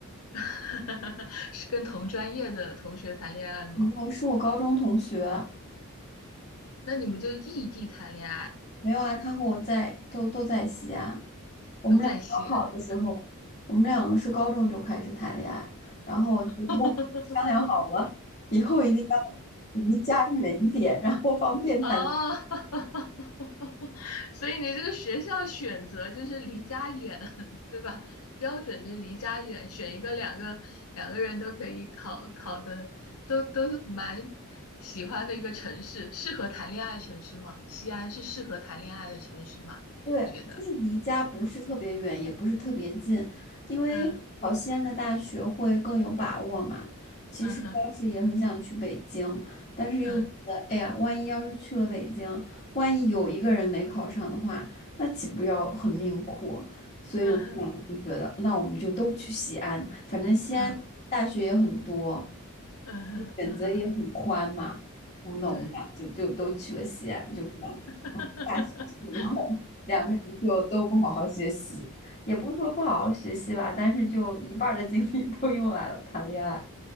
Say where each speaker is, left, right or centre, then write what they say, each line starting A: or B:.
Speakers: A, on the left; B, on the left.
A: <laughs> 是跟同专业的同学谈恋爱吗？
B: 然后是我高中同学，
A: 那你们就异地谈恋爱，
B: 没有啊，他和我在都都在西安。我们俩高考的时候，
A: 都在西安。
B: 我们两个是高中就开始谈恋爱，然后就默商量好了，
A: <laughs>
B: 以后一定要离家远一点，然后方便谈。
A: 哦，<laughs> 所以你这个学校选择就是离家远，<laughs> 对吧？标准就是离家远，选一个两个两个人都可以考考的，都都蛮喜欢的一个城市，适合谈恋爱的城市吗？西安是适合谈恋爱的城市吗？
B: 对，
A: 你觉得？
B: 就是离家不是特别远，也不是特别近，因为考西安的大学会更有把握嘛。
A: 嗯。
B: 其实当时也很想去北京，
A: 嗯哼，
B: 但是又觉得，
A: 嗯
B: 哎呀，万一要是去了北京，万一有一个人没考上的话，那岂不要很命苦？所以我们俩就觉得，
A: 嗯哼，
B: 那我们就都去西安，反正西安大学也很多，
A: 嗯嗯哼，
B: 选择也很宽嘛。
A: 嗯哼，嗯，
B: 那我们俩就就都去了西安，
A: 对，
B: 就这样。
A: <laughs>
B: 大学以后，两个人就都不好好学习，也不是说不好好学习吧，但是就一半儿的精力都用来了谈恋爱。